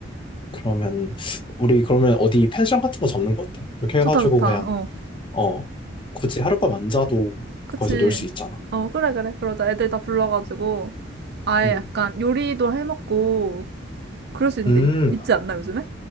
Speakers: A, on the left; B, on the right.
A: 그러면, 우리 그러면 어디 펜션 같은 거 잡는 거 어때? 그렇게
B: 좋다,
A: 해가지고
B: 좋다.
A: 그냥,
B: 어,
A: 어, 굳이 하룻밤 안 자도
B: 그치.
A: 거기서 놀 수 있잖아.
B: 어, 그래, 그래. 그러자. 애들 다 불러가지고 아예
A: 응.
B: 약간 요리도 해먹고 그럴 수 있는데
A: 음,
B: 있, 있지 않나, 요즘에?